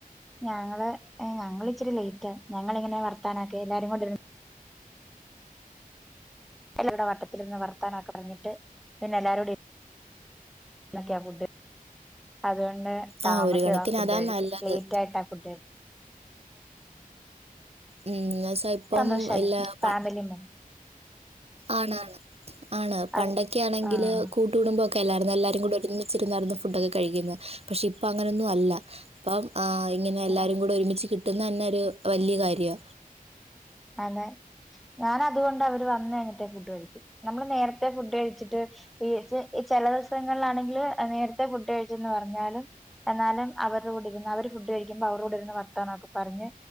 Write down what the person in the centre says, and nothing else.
ഞങ്ങള് എ ഞങ്ങള് ഇച്ചിരി ലേറ്റാ. ഞങ്ങളിങ്ങനെ വർത്താനോക്കെ എല്ലാരുംകൂടെര് എല്ല ടെ വട്ടത്തിലിര്ന്ന് വർത്താനോക്കെ പർഞ്ഞിട്ട് പിന്നെ എല്ലാരോടി നെ ക്ക്യാ ഫുഡ്. അതെ <unintelligible> താമസം
ആഹ് ഫുഡ്
കഴിക്കാൻ.
ലേറ്റായിട്ട ഫുഡ് കഴിക്ക
സന്തോഷല്ലേ
ഫാമിലി മൊ
അത്
ആഹ്
അതെ
അതെ ഞാന് അതുകൊണ്ട് അവര് വന്നഴിഞ്ഞിട്ടെ ഫുഡ് കഴിക്കു. നമ്മള് നേരത്തെ ഫുഡ് കഴിച്ചിട്ട് ഈ ച് ഈ ചെല ദിവസങ്ങൾലാണെങ്കില് നേരത്തെ ഫുഡ് കഴിച്ചെന്ന് പറഞ്ഞാലും എന്നാലും അവര് രൂടെ ഇരുന്ന് അവര് ഫുഡ് കഴിക്കുമ്പോ അവരൂട്‌ ഇരുന്ന് വർത്തനൊക്കെ പറഞ്ഞ്